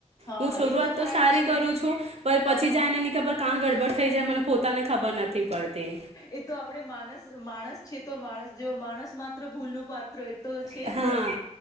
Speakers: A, on the left; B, on the right.
A: હા
B: હું
A: હા
B: શરૂઆત
A: એ થાય
B: તો સારી
A: જ છે
B: કરું છું પણ પછી
A: હા હા
B: જાયને ની ખબર કા ગડબડ થઈ જાય મને પોતાને ખબર નથી પડતી
A: એ તો આપણેે માણસ માણસ છે તો માણસ જેવો માણસ માત્ર ભૂલનું પાત્ર તો છે
B: હા
A: જ ને